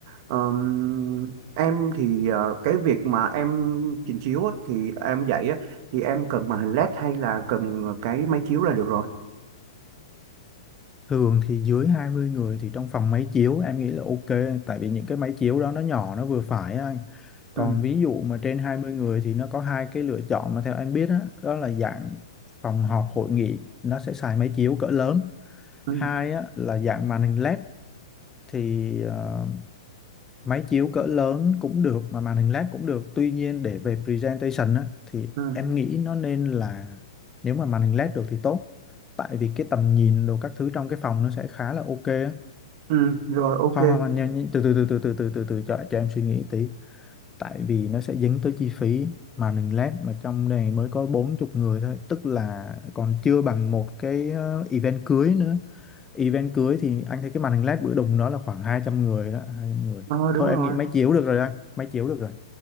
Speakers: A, on the right (about 50°); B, on the left (about 15°).
A: Ờm, em thì ờ, cái việc mà em trình chiếu á, thì em dạy á, thì em cần màn hình LED hay là cần cái máy chiếu là được rồi.
B: Thường thì dưới 20 người thì trong phòng máy chiếu em nghĩ là ok tại vì những cái máy chiếu đó nó nhỏ nó vừa phải á anh. Còn
A: Ừ,
B: ví dụ mà trên 20 người thì nó có hai cái lựa chọn mà theo em biết đó, đó là dạng phòng họp hội nghị nó sẽ xài máy chiếu cỡ lớn.
A: ừ,
B: Hai á, là dạng màn hình LED thì ờ, máy chiếu cỡ lớn cũng được mà màn hình LED cũng được tuy nhiên để về presentation á, thì
A: ừ,
B: em nghĩ nó nên là nếu mà màn hình LED được thì tốt tại vì cái tầm nhìn đồ các thứ trong cái phòng nó sẽ khá là ok á.
A: ừ, rồi ok.
B: Khoan khoan khoan, nhanh nhanh, từ từ từ từ từ từ từ từ cho, cho em suy nghĩ tí tại vì nó sẽ dính tới chi phí mà mình lát mà trong này mới có 40 người thôi tức là còn chưa bằng một cái ờ, event cưới nữa event cưới thì anh thấy cái màn hình led bữa đùng đó là khoảng 200 người đó hai trăm người
A: Ờ,
B: thôi
A: đúng rồi.
B: em nghĩ máy chiếu được rồi anh máy chiếu được rồi